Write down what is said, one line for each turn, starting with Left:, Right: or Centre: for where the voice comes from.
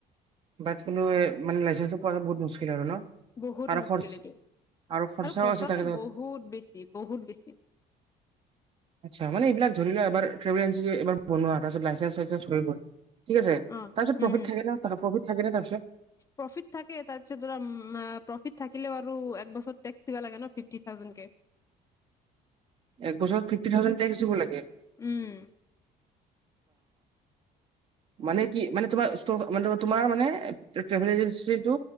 Right: বা কোনো মানে লাই কোৱা বহুত মুস্ আৰু ন
Left: বহুত
Right: আৰু
Left: মুস্কিলে
Right: খৰচ
Left: দিয়
Right: খৰচাও
Left: আৰু খৰচটোো
Right: আছে তাকে লগত।
Left: বহুত বেছি বহুত বেছি,
Right: আচ্ছা মান এইবিল ধৰিোৱা এবাৰভেলেঞ্চাৰ বনোৱা তাৰপছ লাইেঞ্চ চেঞ্চ হৈ গ'ল। ঠিক আছে তাৰপিছত
Left: অ', হম
Right: প্ৰফিট
Left: হম
Right: থাকে ন প্ৰফিট থাকোৰ পিছত
Left: প্ৰফিট থাকে তাৰ পিছত ধ প্ৰফিট থাকিলও আৰু এক বছৰ েক্স দিবা লাগে ন ফিফটি থাউজেড কে
Right: এক বছৰত ফিফট থউজেড টে্স দিব লাগে।
Left: উম!
Right: মানে কি মানে তোমাৰ তোমাৰ মানে ট্ৰেভেল এজেঞ্চিটো